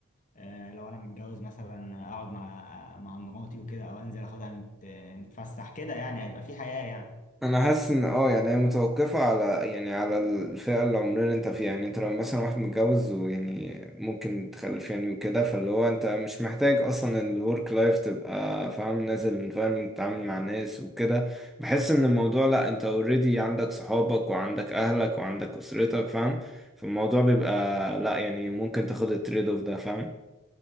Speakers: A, on the left (about 40°); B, in the centre.
A: آه لو انا متجوز مثلا اقعد مع مع مراتي وكده او انزل اخدها نت- نتفسح كده يعني هيبقى في حياة يعني
B: انا حاسس ان اه يعني هي متوقفه على يعني على الفئه العمريه اللي انت فيها يعني انت لو مثلا واحد متجوز ويعني ممكن تخلف يعني وكده فاللي هو انت مش محتاج اصلا الورك لايف تبقى فاهم نازل فاهم تتعامل مع ناس وكده بحس ان الموضوع لا انت اوريدي عندك صحابك وعندك اهلك وعندك اسرتك فاهم فالموضوع بيبقى لا يعني ممكن تاخد التريد اوف ده فاهم